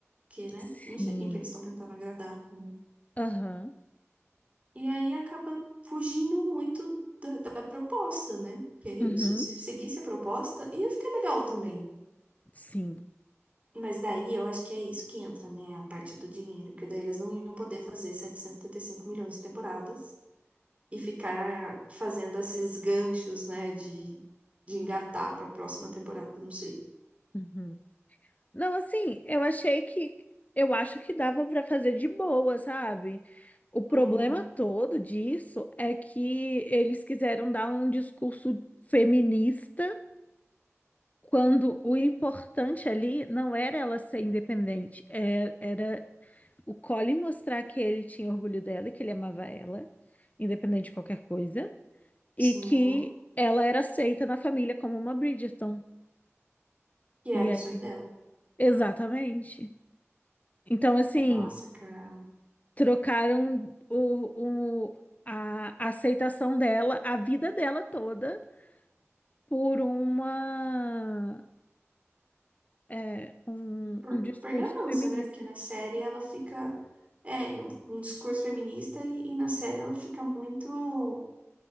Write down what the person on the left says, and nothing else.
Sim.
Aham.
Uhum.
Sim.
Uhum. Não, assim, eu achei que. Eu acho que dava pra fazer de boa, sabe? O problema
todo disso é que eles quiseram dar um discurso feminista quando o importante ali não era ela ser independente, é- era, o Colin mostrar que ele tinha orgulho dela e que ele amava ela, independente de qualquer coisa, e
que ela era aceita na família como uma Bridgerton.
E
aí?
Exatamente. Então, assim,
trocaram o, o- a a aceitação dela, a vida dela toda, por uma, é, um,
um discurso
feminista.